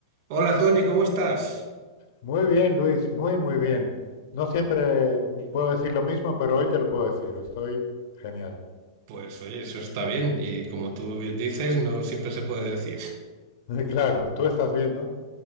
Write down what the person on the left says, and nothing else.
Muy bien, Luis, muy, muy bien. No siempre puedo decir lo mismo, pero hoy te lo puedo decir. Estoy genial.
<laughs> Claro, tú estás bien, ¿no?